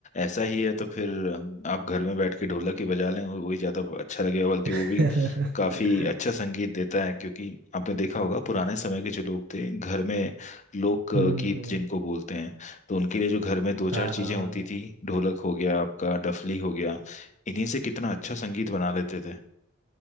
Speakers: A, on the left; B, on the right.
A: ऐसा ही है तो फिर अम, आप घर में बैठ के ढोलक ही बजा लें और वही ज़्यादा अच्छा लगेगा बल्कि
B: <laughs>
A: वो भी
B: हम्म
A: काफ़ी अच्छा संगीत देता है क्योंकि आपने देखा होगा पुराने समय के जो लोग थे घर में लोक
B: हम्म
A: गीत
B: हम्म
A: जिनको बोलते हैं तो उनके लिए जो घर में दो चार
B: हाँ
A: चीज़ें
B: हाँ हाँ
A: होती थी ढोलक हो गया आपका डफली हो गया इन्हीं से कितना अच्छा संगीत बना लेते थे